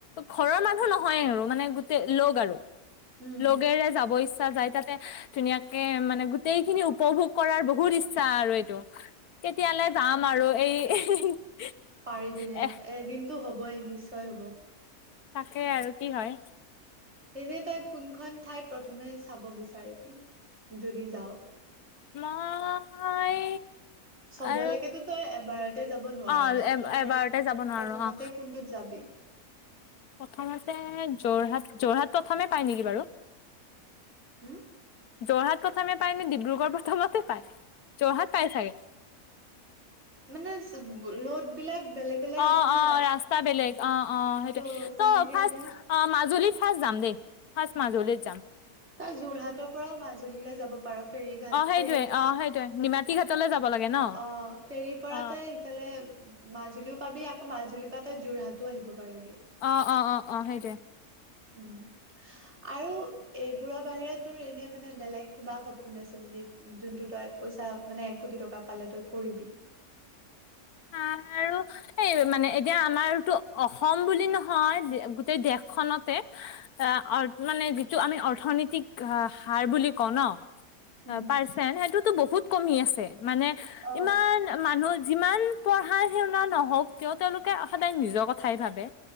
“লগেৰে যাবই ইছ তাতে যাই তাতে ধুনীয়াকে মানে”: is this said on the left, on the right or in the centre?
Left